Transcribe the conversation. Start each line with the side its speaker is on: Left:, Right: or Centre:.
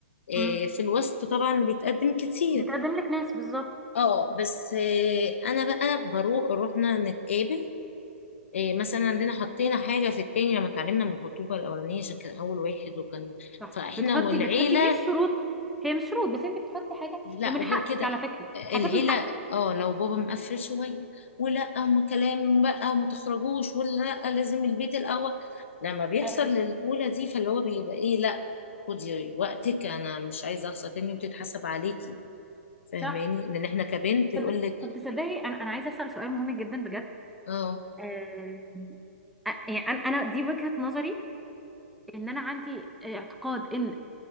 Left: إيه
Centre: امم
Left: في الوسط طبعا بيتقدم كتير
Centre: بتقدم لك ناس بالظبط
Left: اه بس إيه انا بقى بروح رحنا نتقابل إيه مثلا عندنا حطينا حاجة في التاني لما اتعلمنا من الخطوبة الأولانية عشان كان أول واحد وكان
Centre: صح
Left: فإحنا
Centre: بتحطي
Left: والعيلة
Centre: بتحطي مش شروط هي مش شروط بس انت بتحطي حاجه
Left: لا
Centre: ومن
Left: وغير
Centre: حقك
Left: كده
Centre: على فكره
Left: العيلة
Centre: حاجات من حقك
Left: اه لو بابا مقفل شوية ولا أما كلام بقى وما تخرجوش ولا لأ لازم البيت الأول لما بيحصل
Centre: ايوه
Left: الأولى دي فاللي هو بيبقى إيه لا خدي وقتك أنا مش عايزة أخسر تاني بتتحسب عليكي فاهماني
Centre: صح
Left: لأن إحنا كبنت يقول
Centre: طب
Left: لك
Centre: طب تصدقي انا انا عايزه اسال سؤال مهم جدا بجد
Left: اه
Centre: آه، أ- يعني انا أنا دي وجهه نظري ان انا عندي اعتقاد ان